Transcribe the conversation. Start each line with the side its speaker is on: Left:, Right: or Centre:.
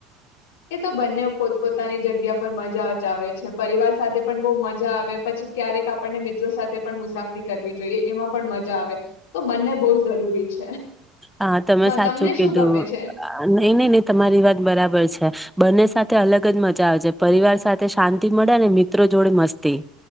Left: એ તો બંને પોતપ પોતાની જગ્યા પર મજા જ આવે છે પરિવાર સાથે પણ બહુ મજા આવે પછી ક્યારેક આપણને મિત્રો સાથે પણ મુસાફરી કરવી જોઈએ એમાં પણ મજા આવે તો બંને બહુ જરૂરી છે.
Centre: હા તમે સાચું
Left: તમને
Centre: કીધું
Left: શું ગમે છે
Centre: નઈ નઈ નહી તમારી વાત બરાબર છે. બંને સાથે અલગ જ મજા આવે છે પરિવાર સાથે શાંતિ મળે ને મિત્રો જોડે મસ્તી.